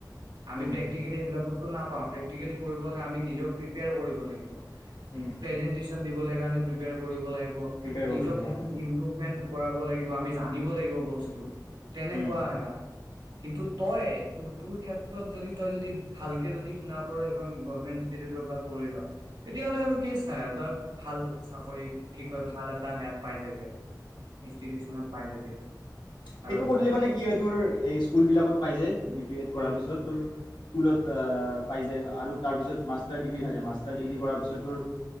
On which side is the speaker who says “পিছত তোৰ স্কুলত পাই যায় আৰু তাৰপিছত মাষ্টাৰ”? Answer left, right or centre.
Left